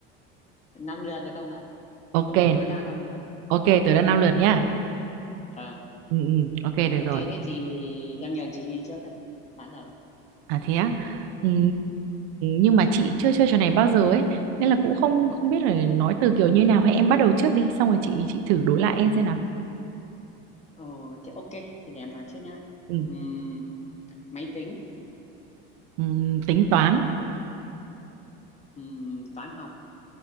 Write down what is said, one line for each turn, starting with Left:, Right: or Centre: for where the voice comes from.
Left: năm lượt được không ạ
Right: Ok,
Left: tối tối đa năm lượt
Right: ok, tới là 5 lượt nhá.
Left: vâng
Right: Ừ, ừ, ok, được
Left: ok
Right: rồi.
Left: thế thì em nhường chị đi trước đấy bắt đầu
Right: À thế á. Ừm, nhưng mà chị chưa chơi trò này bao giờ ấy, nên là cũng không không biết là nói từ kiểu như nào. Hay em bắt đầu trước đi, xong rồi chị chị thử đối lại em xem nào.
Left: ồ thế ok thì để em nói trước nhá
Right: Ừ,
Left: Ừm, máy tính
Right: ừm, tính toán,
Left: Ừm, toán học